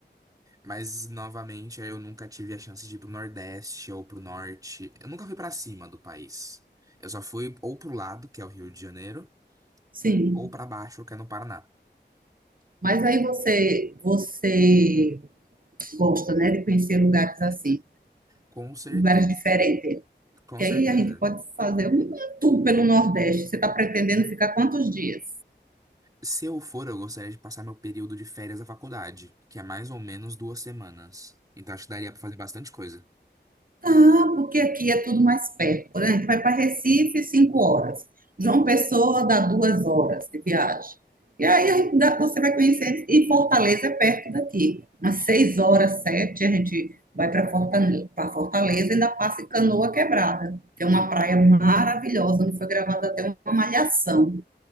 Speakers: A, on the right; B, on the right.
A: mas novamente eu nunca tive a chance de ir pro Nordeste ou pro Norte. Eu nunca fui pra cima do país. Eu só fui ou pro lado, que é o Rio de Janeiro,
B: Sim.
A: ou pra baixo, que é no Paraná.
B: Mas aí você, você gosta, né, de conhecer lugares assim,
A: Com certeza.
B: lugares diferentes.
A: Com
B: Que
A: certeza.
B: aí a gente pode fazer um um tour pelo Nordeste. Você está pretendendo ficar quantos dias?
A: Se eu for, eu gostaria de passar meu período de férias da faculdade, que é mais ou menos duas semanas. Então acho que daria pra fazer bastante coisa.
B: Tá, porque aqui é tudo mais perto. Por exemplo, vai para Recife, cinco horas. João Pessoa dá duas horas de viagem. E aí a gente dá- você vai conhecer. E Fortaleza é perto daqui. Umas seis horas, sete, a gente vai para Fortaleza, para Fortaleza e ainda passa em Canoa Quebrada, que é uma praia maravilhosa, onde foi gravada até uma malhação